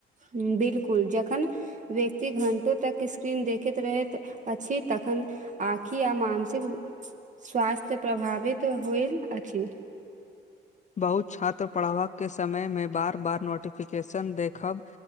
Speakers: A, on the right (about 40°); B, on the left (about 35°).
A: हु बिल्कुल जखन व्यक्ति घण्टो तक स्क्रीन देखैत रहैत अछि तख ह आँखि आ मानसिक स्वास्थ्य प्रभावित होईल अछि <inaudible>
B: बहुत छात्र पढ़ाव के समय मे बार बार नोटिफिकेशन देखब